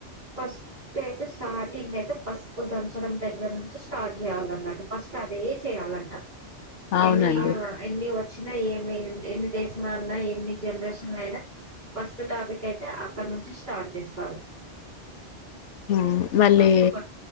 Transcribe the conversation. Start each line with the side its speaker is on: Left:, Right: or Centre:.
Right: ఫస్ట్ అయితే స్టార్టింగ్ అయితే పసుపు దంచడం దగ్గర నుంచి స్టార్ట్ చేయాలన్నట్టు ఫస్ట్ అదే చేయాలంట
Left: అవునండి
Right: ఎన్ని ఎన్ని వ చ్చిన ఏమి ఎన్ని డేస్ మారినా ఎన్ని జనరేషన్లు అయినా ఫస్ట్ టాపిక్ అయితే అక్కడ నుంచి స్టార్ట్ చేస్తారు
Left: మ్ మళ్ళీ
Right: ఫస్ట్